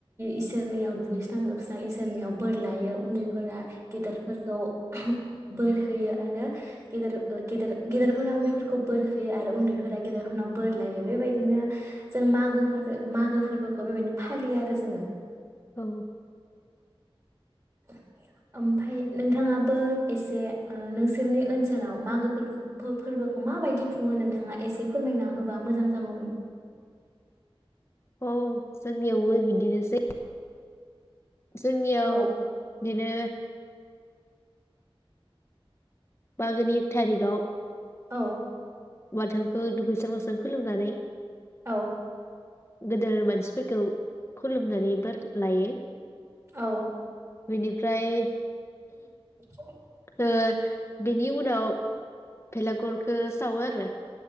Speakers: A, on the right; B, on the left.
A: इसोरनियाव दुगैस्रां लोबस्रां इसोरनियाव बोर लायो उन्दैफोरा गेदेरफोरखौ बोर होयो आरो गेदेर। गेदेर गेदेरफोरा उन्दैफोरखौ बोर होयो आरो उन्दैफोरा गेदेरफोरनाव बोर लायो बेबायदिनो जों मागोफोर मागो फोरबोखौ बेबायदिनो फालियो आरो जोङो।
B: औ
A: <unintelligible> ओमफाय नोंथाङाबो एसे ओ नोंसोरनि ओनसोलाव। मागो फोरबोखौ माबायदि खुङो नोंथाङा एसे फोरमायना होबा मोजां जागौमोन।
B: औ जोंनियावबो बिदिनोसै। जोंनियाव
A: औ
B: दिनो मागोनि एक थारिगाव
A: औ।
B: बाथौखौ दुगैस्रां लांस्रां खुलुमनानै
A: औ।
B: गोदोर मानसिफोरखौ खुलुमनानै बोर लायो।
A: औ।
B: बेनिफ्राय
A: <inaudible>
B: ओ बेनि उनाव बेलागरखौ सावो आरो।